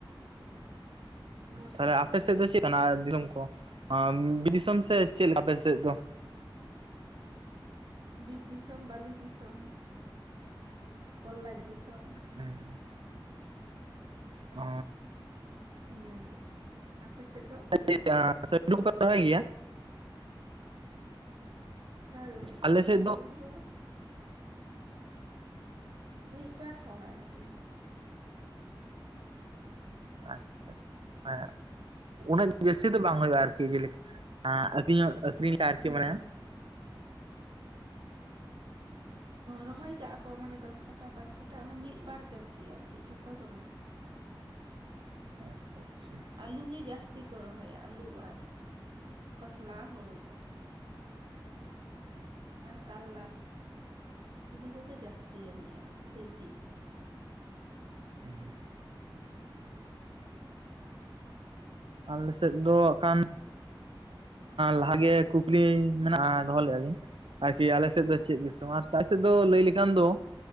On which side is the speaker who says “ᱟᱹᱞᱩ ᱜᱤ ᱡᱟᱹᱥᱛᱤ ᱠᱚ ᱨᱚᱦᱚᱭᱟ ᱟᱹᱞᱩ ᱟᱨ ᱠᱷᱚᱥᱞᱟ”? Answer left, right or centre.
Right